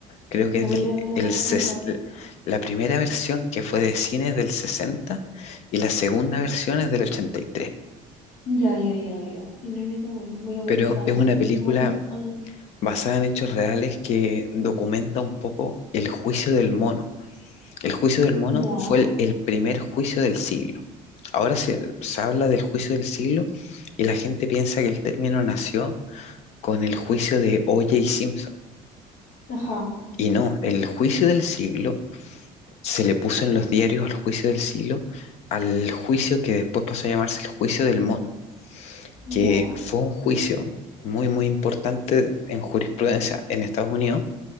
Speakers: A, on the left; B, on the left.
A: creo que
B: La
A: es
B: voy
A: del,
B: a, la voy
A: el, ses-
B: a anotar.
A: la primera versión que fue de cine es del 60 y la segunda versión es del 83.
B: Ya, ya, ya, ya. Inherit the Wind. Voy a buscarla.
A: Pero es una película
B: No, no sé cuál es.
A: basada en hechos reales que documenta un poco el juicio del mono. El juicio del mono
B: Ya.
A: fue el, el primer juicio del siglo. Ahora se, se habla del juicio del siglo y la gente piensa que el término nació con el juicio de O.J. Simpson.
B: Ajá.
A: Y no, el juicio del siglo se le puso en los diarios al juicio del siglo, al juicio que después pasó a llamarse el juicio del mono,
B: Ya.
A: que fue un juicio muy, muy importante en jurisprudencia en Estados Unidos,